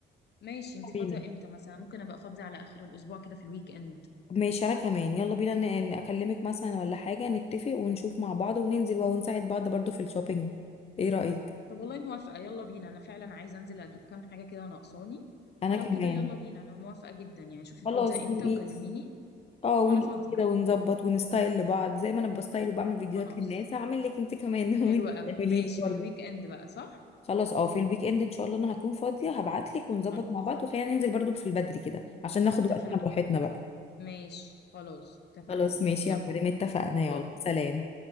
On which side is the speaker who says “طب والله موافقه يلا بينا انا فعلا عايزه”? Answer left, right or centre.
Left